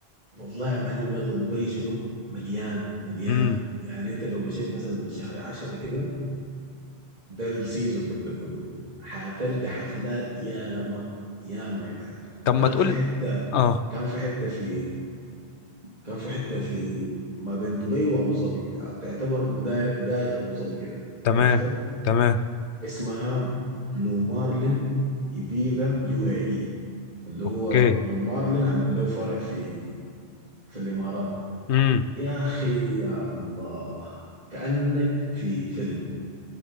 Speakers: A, on the right; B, on the left.
A: والله يا معلم يلا دبي شنو مليانة مليانة
B: امم
A: يعني أنت لو مشيت مثلا من شهر عشرة كده ده السيزون تقدر تقول هتلقى حفلات ياما ياما يا معلم
B: طب ما
A: كان
B: تقول
A: في حتة
B: اه
A: كان في حتة في كان في حتة في ما بين دبي وأبو ظبي يعني تعتبر بداية بداية أبو ظبي كده
B: تمام
A: عرفتها
B: تمام
A: اسمها بلو مارلين إبيزا يو اي اي اللي هو
B: اوكي
A: بلو مارلين عامل له فرع في في الإمارات
B: امم
A: يا أخي يا الله كأنك في فيلم